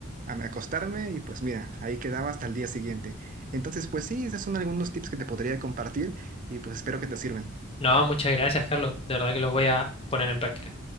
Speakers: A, on the right; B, on the left.
A: a- acostarme y pues mira, ahí quedaba hasta el día siguiente. Entonces, pues sí, esos son algunos tips que te podría compartir y pues espero que te sirvan.
B: No, muchas gracias, Carlos. De verdad que los voy a poner en práctica.